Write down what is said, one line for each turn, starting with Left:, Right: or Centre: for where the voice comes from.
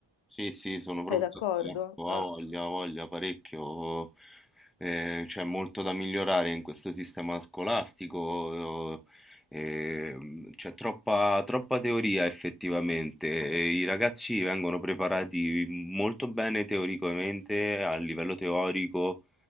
Centre: Sì, sì, sono proprio
Left: sei d'accordo?
Centre: d'accordo.
Left: Ah.
Centre: Ha voglia, ha voglia parecchio. Eh, c'è molto da migliorare in questo sistema scolastico. eh, ehm, c'è troppa, troppa teoria effettivamente. e I ragazzi vengono preparati molto bene teoricamente, a livello teorico,